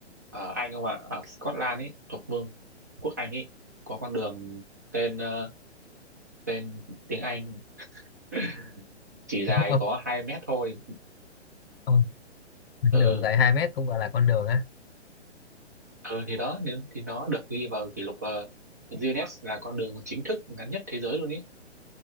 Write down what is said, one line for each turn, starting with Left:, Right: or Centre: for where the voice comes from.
Right: ở Anh không ạ ở Scotland ấy thuộc Vương quốc Anh ấy có con đường tên ờ, tên tiếng Anh <laughs> chỉ dài
Left: <laughs> ông
Right: có 2 mét thôi
Left: ông đường
Right: ừ
Left: dài 2 mét cũng gọi là con đường á
Right: ừ thì đó nên thì nó được ghi vào kỷ lục ờ, Guinness là con đường chính thức ngắn nhất thế giới luôn ý